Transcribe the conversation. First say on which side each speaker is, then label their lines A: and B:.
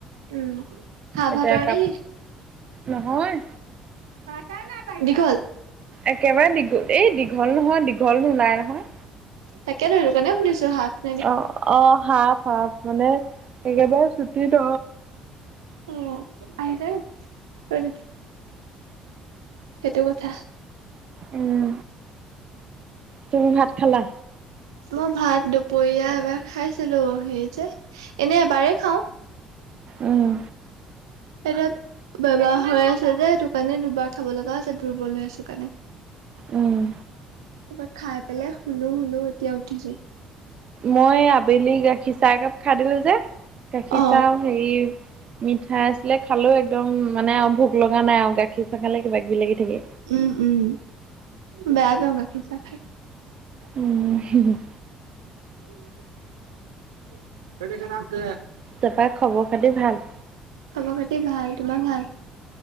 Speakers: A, on the right (about 80°); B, on the right (about 45°).
A: উম খা
B: এতিয়া
A: ভাতৰ
B: কাপ
A: নেকি।
B: নহয়
A: পা টা না পায় দীঘল।
B: একেবাৰে দীঘ এই দীঘল নহয় দীঘল নোলাই নাই নহয়।
A: তাকে ধৰ সেইটো কাৰনে সুধিছো শাক।
B: অ অ হাফ হাফ মানে একেবাৰে ছুটি ন।
A: অ আহিছে <inaudible> সেইটো কথা।
B: উম তুমি ভাত খালা।
A: অ ভাত দুপৰীয়া এবাৰ খাইছিলো হেৰি যে। এনে এবাৰে খাওঁ। <inaudible>
B: উম,
A: এতিয়া বেমাৰ হৈ আছে যে, সেইতোৰ কাৰণে দুবাৰ থব লগা আছে দুৰ্বল হৈ আছো কাৰণে।
B: উম।
A: কিবা খাই পেলাই শুলো-শুলো এতিয়া উঠিছো।
B: মই আবেলি গাখীৰ চাহ একাপ খাই দিলো যে। গাখীৰ
A: অ
B: চাহো হেৰি, মিঠাই আছিলে খালোয়ে। দম মানে, আৰু ভোক লগা নাই আৰু গাখীৰ চাহ খালে কিবা কিবি লাগি থাকে।
A: উম, উম বেয়া পাওঁ গাখীৰ চাহ খাই।
B: উম <inaudible>
A: <unintelligible>
B: তাপা খবৰ খাতি ভাল
A: খবৰ খাতি ভাল তোমাৰ ভাল